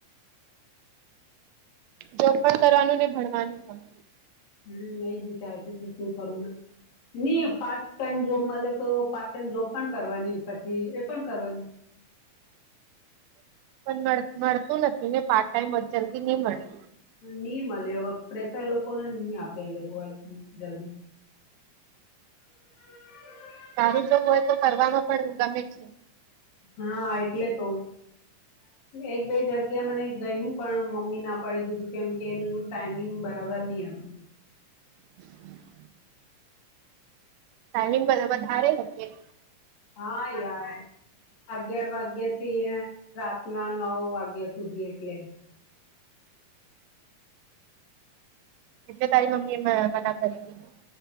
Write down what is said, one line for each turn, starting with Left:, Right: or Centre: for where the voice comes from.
Right: જો પણ કરવાનું ને ભણવાનું પણ
Left: હમ એજ વિચારતીું શું કરું મે નઈ પારચ ટાઈમ જોબ મળે તો પારચ ટાઈમ જોબ પણ કરવાની પછી એ પણ કરવાની
Right: <inaudible> પણ મળતું નથી ને પાર્ટ ટાઈમ જ જલ્દી નહી મળે
Left: નહી મળે પ્રેેશર લોકોને નહી આપે એ લોકો જલ્દી <unintelligible>
Right: સારું જો હોય તો કરવામાં પણ ગમે છે.
Left: હા એટલે તો એક બે જગ્યા મને ગયનું પણ મમ્મી ના પડી દીધું કેમ કે એનું ટાઈમિંગ બરાબર નહી આપ
Right: <unintelligible> તાલીમ બધ વધારે હ
Left: હા યાર અગગડવાગ્યે રાતના નવ વાગ્યા સુધી એટલે
Right: એટલે તારી મમ્મી એ મના કરી દીધી